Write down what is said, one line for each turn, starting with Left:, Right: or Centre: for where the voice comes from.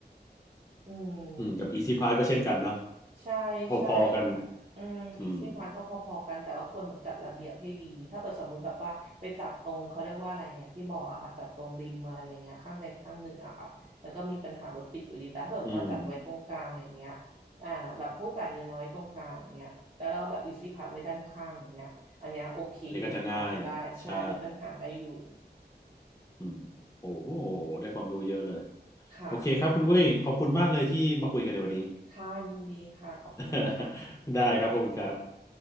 Right: อืม
Left: <laughs> อืมกับ Easy Pass ก็เช่นกันเนาะ
Right: ใช่ใช่ค่ะอืมอีซี่พาสก็พอๆกันแต่ว่าควรแบบจัดระเบียบให้ดีถ้าเปิดสมมุติแบบว่าไปจัดตรงเขาเรียกว่าอะไรอย่างที่บอกอะค่ะจัดตรงริมอะไรอย่างเงี้ยข้างใดข้างหนึ่งอะค่ะมันก็มีปัญหารถติดอยู่ดีแต่ถ้าเปิดมาจัดไว้ตรงกลางอย่างเงี้ย
Left: พอๆกันอืมอืม
Right: อ่าแบบพวกจ่ายเงินมาไว้ตรงกลางอย่างเงี้ยแล้วเราแบบอีซี่พาสไว้ด้านข้างอย่างเงี้ยอันเนี้ยโอเคผ่านได้ใช่ลดปัญหาได้อยู่
Left: นี่ก็จะง่ายใช่อืมโอ้โหได้ความรู้เยอะเลย
Right: ค่ะ
Left: โอเคครับคุณอุ้ยขอบคุณมากเลยที่มาคุยกันในวันนี้
Right: ค่ะยินดีค่ะขอบคุณค่ะ
Left: <laughs> ได้ครับขอบคุณครับ